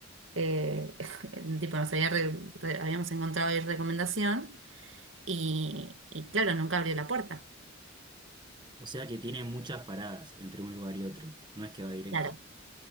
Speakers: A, on the right; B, on the right.
A: eh, <laughs> tipo, nos había re- re- habíamos encontrado ahí recomendación y, y claro, nunca abrió la puerta.
B: O sea que tiene muchas paradas entre un lugar y otro. No es que va directo.
A: Claro,